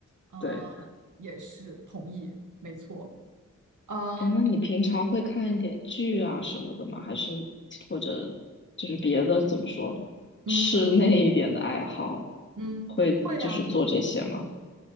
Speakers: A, on the right; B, on the left.
A: 啊，
B: 对，
A: 也是同意，没错。啊，
B: 哎，那你平常会看一点剧啊什么的吗？还是或者就是别的怎么说，
A: 嗯
B: 室内一点的爱好，
A: 嗯，
B: 会就是做这些吗？
A: 会呀，